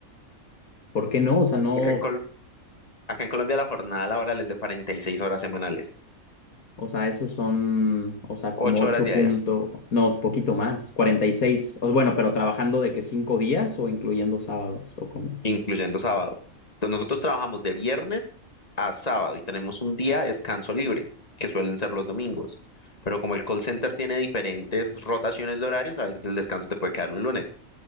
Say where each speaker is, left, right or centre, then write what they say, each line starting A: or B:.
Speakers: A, on the left; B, on the left.
A: ¿Por qué no? O sea, no,
B: Acá en, Col- acá en Colombia la jornada laboral es de 46 horas semanales,
A: o sea, esos son, o sea,
B: 8
A: como ocho
B: horas diarias.
A: puntos, no, es poquito más, 46. O, bueno, pero trabajando de que cinco días o incluyendo sábados o cómo.
B: incluyendo sábado. Entonces, nosotros trabajamos de viernes a sábado y tenemos un día de descanso libre, que suelen ser los domingos. Pero como el call center tiene diferentes rotaciones de horarios, a veces el descanso te puede quedar un lunes,